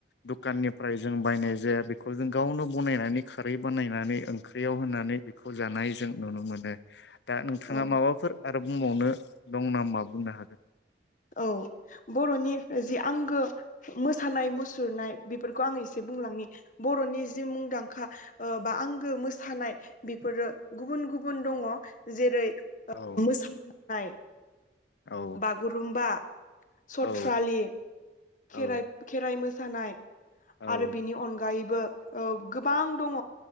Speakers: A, on the left; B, on the left.
A: दखाननिफ्राय जों बायनाय जाया बेखौ जों गावनो बनायनानै खारै बानायनानै ओंख्रियाव होनानै बेखौ जानाय जों नुनो मोनो। दा नोंथाङा
B: औ
A: माबाफोर आ रो बुंबावनो दं नामा बुंनो हागोन।
B: औ बर'नि जि आंगो मोसानाय मुसुरनाय बेफोरखौ आं एसे बुंलांनि बर'नि जि मुंदांखा ओ बा आंगो मोसानाय बेफोरो गुबुन गुबुन दङ जेरै ओ
A: औ
B: मोसानाय।
A: औ
B: बागुरुमबा, सथ्रालि।
A: औ
B: खेराइ
A: औ
B: खेराइ मोसानाय
A: औ
B: आरो बिनि अनगायैबो औ गोबां दङ